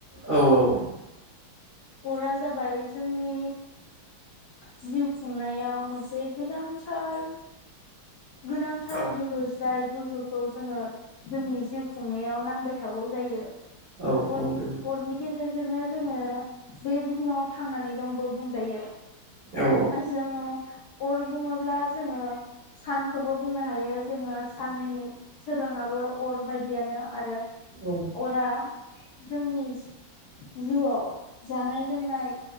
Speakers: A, on the right; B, on the left.
A: औ औ औ
B: अरा जाबाय जोंनि जिउ खुंनायाव मोनसे गोनांथार गोनांथार
A: औ
B: गोहो जाय गो फोरखौ जोङो जोंनि जिउ खुंनायाव नांबाय थागौ जायो
A: औ
B: अरनि
A: औ नों
B: अरनि गे गेरजोंनो जोङो बे बुहुमाव थांनानै दंबो बुंजायो
A: औ
B: आजोङो अर बुङोब्ला जोङो सानखौबो बुंनो हायो जोङो साननि सोराङाबो अर बायदियानो आरो
A: औ
B: अरा जोंनि सि जिउआव जानाय लोंनाय